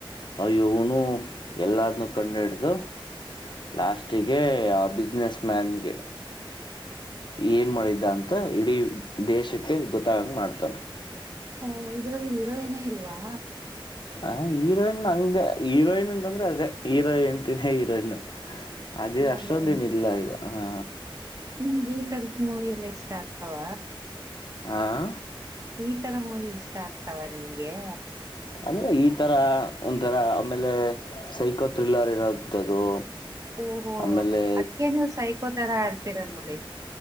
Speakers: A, on the left; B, on the right.
A: ಆಯ ಇವ್ನು ಎಲ್ಲದನ್ನ ಕಂಡುಹಿಡಿದು ಲಾಸ್ಟಿಗೆ ಯ. ಬಿಸ್ನೆಸ್ ಮ್ಯಾನ್ಗೆ ಏನು ಮಾಡಿದ್ದ ಅಂತ ಇಡೀ ದೇಶಕ್ಕೆ ಗೊತ್ತಾಗ ಮಾಡ್ತಾನೆ
B: ಹಓ ಇದರಲ್ಲಿ ಹೀರೋಯಿನ್ ಇಲ್ವಾ
A: ಆ ಹೀರೋಯಿನ್ ಹಂಗಗೆ ಹೀರೋಯಿನ್ ಅಂತಂದ್ರೆ ಅದೇ ಹೀರೋ ಹೆಂಡ್ತಿನೆ ಹೀರೋಯನ್ ಅದೇ
B: ಓ
A: ಅಷ್ಟೊಂದನ್
B: ಓ.
A: ಇಲ್ಲ ಇದು ಹಾ
B: ನಿಮ್ಗೆ ಈ ತರದ ಮೂವಿ ಎಲ್ಲ ಇಷ್ಟ ಆಗ್ತಾವ
A: ಆಾಂ
B: ಈ ತರ ಮೂವಿ ಇಷ್ಟ ತವಾ ನಿಮಗೆ
A: ಅಂದರೆ ಈ ಥರ ಒಂಥರ ಆಮೇಲೆ ಸೈಕೋ ಥ್ರಿಲ್ಲರ್ ಇರೋಂಥದ್ದು.
B: ಓಹೋ
A: ಆಮೇಲೆ
B: ಅದ್ಕ ನೀವು ಸೈಕೊ ತರ ಆಡ್ತೀರ ನೋಡಿ